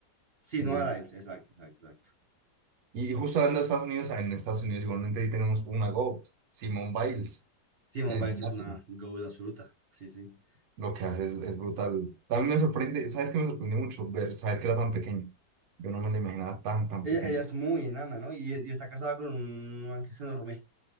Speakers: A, on the right; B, on the right.
A: Sí,
B: El,
A: no a Lyles, exacto, exacto, exacto.
B: Y justo
A: Sí, sí.
B: hablando de Estados Unidos, en Estados Unidos igualmente ahí tenemos una GOAT, Simone Biles,
A: Sí, Simone
B: en el
A: Biles
B: gimnasio.
A: es una goat absoluta. Sí, sí,
B: Lo que hace
A: sí, sí.
B: es, es brutal. También me sorprende, ¿sabes qué me sorprendió mucho? Ver, saber que era tan pequeño. Yo no me la imaginaba tan, tan
A: Ella,
B: pequeña.
A: ella es muy enana, ¿no? Y, y está casada con un man que es enorme,